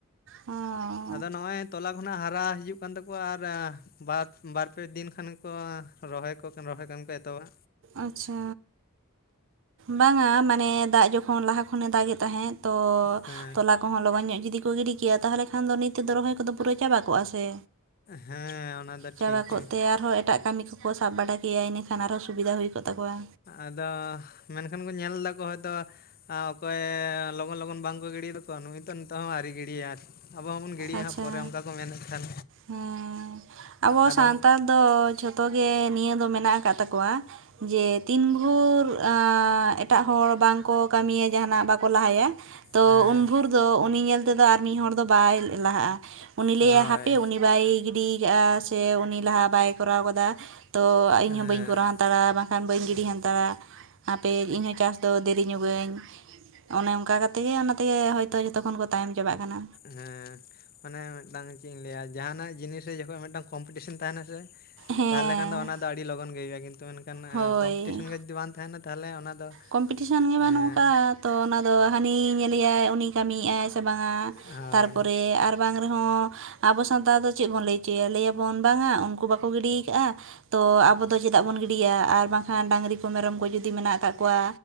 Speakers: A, on the right (about 60°); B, on the left (about 45°).
A: ᱦ
B: ᱟᱫᱚ ᱱᱚᱜᱼᱚᱸᱚᱭ ᱛᱚᱞᱟ ᱠᱷᱚᱱᱟᱜ ᱦᱟᱨᱟ ᱦᱤᱡᱩᱜ ᱠᱟᱱ ᱛᱟᱠᱚᱣᱟ ᱟᱨ ᱵᱟᱨ ᱵᱟᱨ ᱯᱮ ᱫᱤᱱ ᱠᱷᱟᱱ ᱜᱮ ᱠᱚ ᱨᱚᱦᱚᱭ ᱠᱚ ᱨᱚᱦᱚᱭ ᱠᱟᱱ ᱠᱚ ᱮᱛᱚᱦᱚᱵᱟ
A: ᱟᱪᱪᱷᱟ ᱵᱟᱝᱟ ᱢᱟᱱᱮ ᱫᱟᱜ ᱡᱚᱠᱷᱚᱱ ᱞᱟᱦᱟ ᱠᱷᱚᱱᱮ ᱫᱟᱜ ᱮ ᱛᱟᱦᱮᱸᱫ ᱛᱚ
B: ᱦᱮᱸ
A: ᱛᱚᱞᱟ ᱠᱚᱦᱚᱸ ᱞᱚᱜᱚᱱ ᱧᱚᱜ ᱡᱩᱫᱤ ᱠᱚ ᱜᱤᱰᱤ ᱠᱮᱭᱟ ᱛᱟᱦᱚᱞᱮ ᱠᱷᱟᱱ ᱫᱚ ᱱᱤᱛᱚᱜ ᱛᱮᱫᱚ ᱨᱚᱦᱚᱭ ᱠᱚᱫᱚ ᱯᱩᱨᱟᱹ ᱪᱟᱵᱟ ᱠᱚᱜᱼᱟ ᱥᱮ
B: ᱦᱮᱸ ᱚᱱᱟ ᱫᱚ ᱴᱷᱤᱠ
A: ᱪᱟᱵᱟ
B: ᱜᱮᱭᱟ
A: ᱠᱚᱜᱛᱮ ᱟᱨᱦᱚᱸ ᱮᱴᱟᱜ ᱠᱟᱹᱢᱤ ᱠᱚᱠᱚ ᱥᱟᱵ ᱵᱟᱲᱟ ᱠᱮᱭᱟ ᱤᱱᱟᱹᱠᱷᱟᱱ ᱟᱨᱦᱚᱸ ᱥᱩᱵᱤᱫᱟ ᱦᱩᱭ ᱠᱚᱜ ᱛᱟᱠᱚᱣᱟ᱾
B: ᱟᱫᱚ ᱢᱮᱱᱠᱷᱟᱱ ᱠᱚ ᱧᱮᱞ ᱫᱟᱠᱚ ᱦᱚᱭ ᱛᱳ ᱟᱸᱻ ᱚᱠᱚᱭ ᱞᱚᱜᱚᱱ ᱞᱚᱜᱚᱱ ᱵᱟᱝᱠᱚ ᱜᱤᱲᱤᱭᱟᱮᱫᱟᱠᱚ, ᱱᱩᱭ ᱛᱚ ᱱᱤᱛᱚᱜ ᱦᱚᱸ ᱟᱹᱣᱨᱤ ᱜᱤᱲᱤᱭᱟ ᱟᱨ ᱟᱵᱚ ᱦᱚᱸᱵᱚᱱ ᱜᱤᱰᱤᱭᱟ
A: ᱟᱪᱪᱷᱟ,
B: ᱦᱟᱸᱜ ᱯᱚᱨᱮ ᱚᱱᱠᱟ ᱠᱚ ᱢᱮᱱᱮᱫ ᱠᱷᱟᱱ
A: ᱦᱮᱸ ᱟᱵᱚ
B: ᱟᱫᱚ
A: ᱥᱟᱱᱛᱟᱲ ᱫᱚ ᱡᱷᱚᱛᱚ ᱜᱮ ᱱᱤᱭᱟᱹ ᱫᱚ ᱢᱮᱱᱟᱜ ᱟᱠᱟᱫ ᱛᱟᱠᱚᱣᱟ᱾ ᱡᱮ ᱛᱤᱱ ᱵᱷᱳᱨ ᱟᱸᱻ ᱮᱴᱟᱜ ᱦᱚᱲ ᱵᱟᱝᱠᱚ ᱠᱟᱹᱢᱤᱭᱟ ᱡᱟᱦᱟᱱᱟᱜ ᱵᱟᱠᱚ ᱞᱟᱦᱟᱭᱟ ᱛᱚ,
B: ᱦᱮᱸ
A: ᱩᱱ ᱵᱷᱳᱨ ᱫᱚ ᱩᱱᱤ ᱧᱮᱞ ᱛᱮᱫᱚ ᱟᱨ ᱢᱤᱫ ᱦᱚᱲ ᱫᱚ ᱵᱟᱭ ᱞᱟᱦᱟᱜ-ᱟ ᱩᱱᱤ
B: ᱦᱳᱭ
A: ᱞᱟᱹᱭᱟᱭ ᱦᱟᱯᱮ ᱩᱱᱤ ᱵᱟᱭ ᱜᱤᱰᱤᱭ ᱠᱟᱜ-ᱟ ᱥᱮ ᱩᱱᱤ ᱞᱟᱦᱟ ᱵᱟᱭ ᱠᱚᱨᱟᱣ ᱠᱟᱫᱟ᱾ ᱛᱚ, ᱤᱧ
B: ᱦᱮᱸ
A: ᱦᱚ ᱵᱟᱹᱧ ᱠᱚᱨᱟᱣ ᱦᱟᱛᱟᱲᱟ ᱵᱟᱝ ᱠᱷᱟᱱ ᱵᱟᱹᱧ ᱜᱤᱰᱤ ᱦᱟᱱᱛᱟᱲᱟ ᱦᱟᱯᱮ ᱤᱧ ᱦᱚᱸ ᱪᱟᱥ ᱫᱚ ᱫᱮᱨᱤ ᱧᱚᱜᱟᱹᱧ ᱚᱱᱮ ᱠᱟ ᱠᱟᱛᱮᱜ ᱜᱮ ᱚᱱᱟ ᱛᱮᱜᱮ ᱦᱳᱭᱛᱚ ᱡᱚᱛᱚ ᱠᱷᱚᱱ ᱠᱚ ᱛᱟᱭᱚᱢ ᱪᱟᱵᱟᱜ ᱠᱟᱱᱟ᱾
B: ᱦᱮᱸ᱾ ᱢᱟᱱᱮ ᱢᱤᱫᱴᱟᱝ ᱪᱮᱫ ᱤᱧ ᱞᱟᱹᱭᱟ ᱡᱟᱦᱟᱱᱟᱜ ᱡᱤᱱᱤᱥ ᱨᱮ ᱡᱚᱠᱷᱚᱡ ᱢᱤᱫᱴᱟᱝ ᱠᱚᱢᱯᱤᱴᱤᱥᱮᱱ ᱛᱟᱸᱦᱮᱱᱟ ᱥᱮ
A: ᱦᱮᱸ
B: ᱛᱟᱦᱞᱮ ᱠᱷᱟᱱ ᱫᱚ ᱚᱱᱟ ᱫᱚ ᱟᱹᱰᱤ ᱞᱚᱜᱚᱱ ᱜᱮ ᱦᱩᱭᱩᱜ-ᱟ ᱠᱤᱱᱛᱩ ᱢᱮᱱᱠᱷᱟᱱ
A: ᱦᱳᱭ
B: ᱠᱚᱢᱯᱤᱴᱤᱥᱮᱱ ᱜᱮ ᱡᱩᱫᱤ ᱵᱟᱝ ᱛᱟᱸᱦᱮᱱᱟ ᱛᱟᱦᱞᱮ ᱚᱱᱟ ᱫᱚ
A: ᱠᱚᱢᱯᱤᱴᱤᱥᱮᱱ ᱜᱮ
B: ᱦᱮᱸ
A: ᱵᱟᱹᱱᱩᱜ ᱟᱠᱟᱜ-ᱟ᱾ ᱛᱚ, ᱚᱱᱟ ᱫᱚ ᱦᱟᱹᱱᱤ ᱧᱮᱞᱮᱭᱟᱭ ᱩᱱᱤ ᱠᱟᱹᱢᱤᱭᱮᱜ-ᱟᱭ ᱥᱮ ᱵᱟᱝᱟ
B: ᱦᱳᱭ
A: ᱛᱟᱨᱯᱚᱨᱮ ᱟᱨ ᱵᱟᱝ ᱨᱮᱦᱚᱸ ᱟᱵᱚ ᱥᱟᱱᱛᱟᱲ ᱫᱚ ᱪᱮᱫ ᱵᱚᱱ ᱞᱟᱹᱭ ᱦᱚᱪᱚᱭᱟ, ᱞᱟᱹᱭᱟᱵᱚᱱ ᱵᱟᱝᱟ ᱩᱱᱠᱩ ᱵᱟᱠᱚ ᱜᱤᱰᱤᱭ ᱠᱟᱜ-ᱟ ᱛᱚ, ᱟᱵᱚ ᱫᱚ ᱪᱮᱫᱟᱜ ᱵᱚᱱ ᱜᱤᱰᱤᱭᱟ ᱟᱨ ᱵᱟᱝᱠᱷᱟᱱ ᱰᱟᱝᱨᱤ ᱠᱚ ᱠᱚ ᱢᱮᱨᱚᱢ ᱠᱚ ᱡᱩᱫᱤ ᱢᱮᱱᱟᱜ ᱠᱟᱜ ᱠᱚᱣᱟ